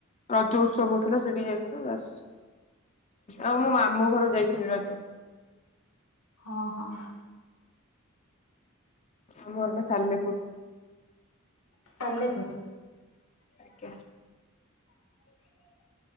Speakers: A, on the left; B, on the left.
A: ରଜ ଉତ୍ସବ ହଉଥିଲା ସେଠିକି ଯାଇଥିଲୁ ବାସ୍। ଆଉ ମୁଁ ମାମୁଁ ଘର ଯାଇଥିଲି ରଜ।
B: ହଁ ହଁ।
A: ଆମର ପା ସାଲେପୁର।
B: ସାଲେପୁୁର।
A: ଆଜ୍ଞା।